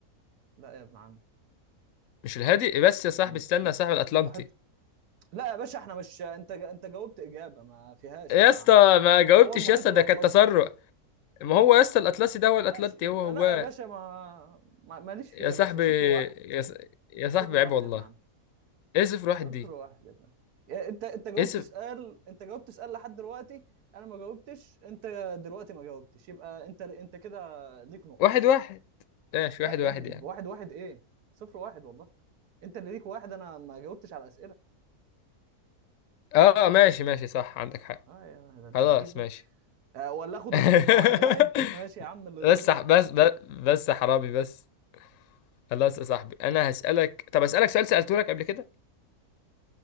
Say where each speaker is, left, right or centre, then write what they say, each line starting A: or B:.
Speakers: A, on the right; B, on the left.
A: لا يا ابن عم
B: مش الهادي بس يا صاحبي
A: الم-
B: استنى
A: الم-
B: يا صاحبي الاطلنطي
A: المحيط لا يا باشا احنا مش انت جا- انت جاوبت إجابة ما فيهاش
B: يا
A: يا ابن
B: اسطى
A: عم
B: ما جاوبتش
A: هو المحيط
B: يا اسطى
A: الأطلسي
B: ده كان تسرع ما هو يا اسطى الاطلسي ده هو
A: ماشي
B: الاطلنطي
A: لا
B: هو هو
A: يا باشا ما ما- ماليش
B: يا
A: فيه يا
B: صاحبي
A: باشا صفر واحد
B: يا, ص... يا صاحبي
A: صفر
B: عيب
A: واحد
B: والله
A: يا ابن عم
B: ايه صفر واحد
A: صفر
B: دي
A: واحد بقى. يا انت انت جاوبت
B: ايه صفر
A: سؤال انت جاوبت سؤال لحد دلوقتي انا ما جاوبتش انت دلوقتي ما جاوبتش يبقى انت انت كده ليك نقطة
B: واحد واحد ماشي
A: لا
B: واحد
A: يا
B: واحد
A: ابني
B: يعني
A: واحد واحد ايه صفر واحد والله انت اللي ليك واحد انا ما جاوبتش على الاسئلة
B: اه ماشي ماشي صح عندك حق
A: اه يا ده انت
B: خلاص
A: غريب بقى
B: ماشي
A: آه ولا اخد
B: <laughs>
A: النقطة واحد واحد ماشي يا عم اللي يرضيك
B: بس بس بس بس يا حرامي بس خلاص يا صاحبي انا هسألك طب اسألك سؤال سألته لك قبل كده